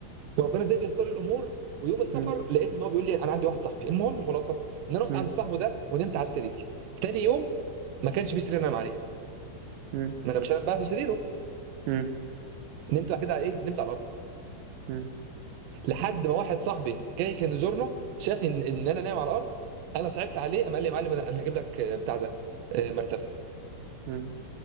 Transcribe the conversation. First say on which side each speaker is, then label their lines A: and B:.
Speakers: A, on the right (about 70°); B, on the right (about 85°).
A: وربنا ازاي بيستر الامور ويوم السفر
B: مم.
A: لقيت ان هو بيقول لي انا عندي واحد صاحبي المهم الخلاصه ان انا رحت
B: مم.
A: عند صاحبه ده ونمت على السرير تاني يوم ما كانش فيه سرير انام عليه
B: مم.
A: ما انا مش هنام بقى في سريره
B: مم.
A: نمت بعد كده على ايه نمت على الارض
B: مم.
A: لحد ما واحد صاحبي جاي كان يزورنا شافني ان إن انا نايم على الارض انا صعبت عليه قام قال لي يا معلم انا أنا هجيب لك آه، بتاع ده آه، مرتبه
B: مم.